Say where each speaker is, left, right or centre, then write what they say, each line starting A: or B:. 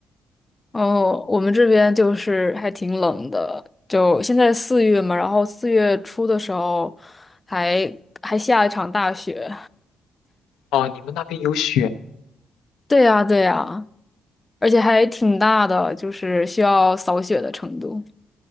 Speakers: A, on the left; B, on the left.
A: 哦，我们这边就是还挺冷的，就现在四月嘛，然后四月初的时候还还下一场大雪。
B: 哦，你们那边有雪，
A: 对呀，对呀，而且还挺大的，就是需要扫雪的程度。